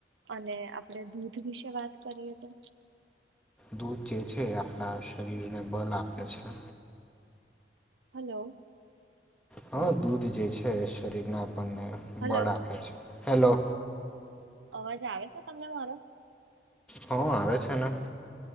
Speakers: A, on the right; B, in the centre.
A: અને આપડે દૂધ વિશે વાત કરીએ તો
B: દૂધ જે છે એ આપણા શરીરને બલ આપે છે.
A: હલો.
B: હા દૂધ જે છે એ શરીરને આપણને
A: હલો
B: બળ આપે છે. હેલો.
A: અવાજ આવે છે તમને મારો?
B: હો આવે છે ને.